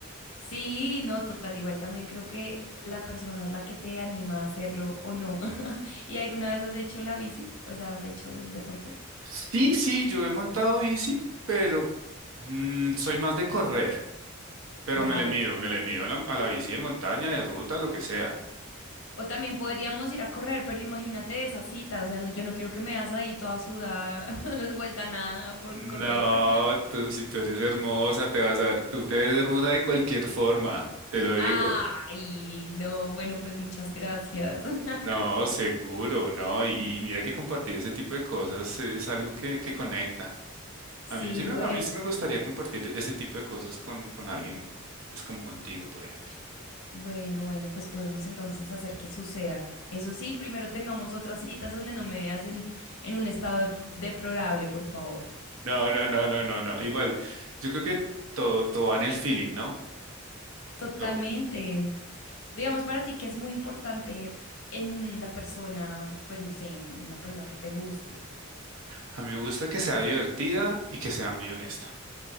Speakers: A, on the left (about 70°); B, on the right (about 75°).
A: Sí, no, total, igual también creo que la persona es la que te anima a hacerlo o no. <laughs> ¿Y alguna vez has hecho la bici? O sea, has hecho el deporte.
B: Sí, sí, yo he montado bici, pero mm, soy más de correr, pero
A: Ya,
B: me le
A: ya,
B: mido,
A: ya.
B: me le mido a la, a la bici de montaña, de ruta, lo que sea.
A: O también podríamos ir a correr, pero imagínate esa cita, o sea, no, yo no quiero que me hagas ahí toda sudada, <laughs> no vuelta a nada por
B: No,
A: correr. <laughs>
B: tú, si tú eres hermosa, te vas a, tú te ves hermosa de cualquier forma, te lo digo.
A: Ay, no, bueno, pues muchas gracias. <laughs>
B: No, seguro, no. Y, y mira que compartir ese tipo de cosas es algo que, que conecta.
A: Sí,
B: A mí sí me,
A: bueno.
B: a mí sí Sí. me gustaría compartir ese tipo de cosas con, con alguien, pues como contigo, por ejemplo.
A: Bueno, bueno, pues podemos entonces hacer que suceda. Eso sí, primero tengamos otras citas donde no me veas en, en un estado dep- deplorable, por favor.
B: No, no, no, no, no, no. Igual, yo creo que todo, todo va en el feeling, ¿no?
A: Totalmente.
B: Todo.
A: Digamos para ti que es muy importante en la persona, pues no sé, en una persona que te guste.
B: A mí me gusta que sea divertida y que sea muy honesta.